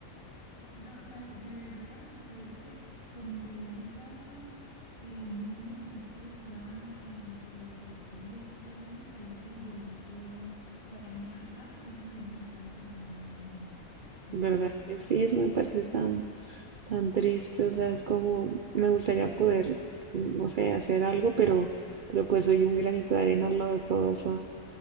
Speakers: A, on the left; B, on the right.
A: No, o sea, de verdad, o sea, parece que como se ve ahorita el, el mundo con esto de Ucrania y todo, de Siria y todas esas vainas, parece que de verdad estuvieran, o sea, en- allá estuvieran viviendo, de verdad, la Tercera Guerra Mundial. Pero,
B: ¿Verdad
A: ay,
B: que sí? Eso me parece tan, tan triste. O sea, es como me gustaría poder, no sé, hacer algo, pero, pero pues soy un granito de arena al lado de toda esa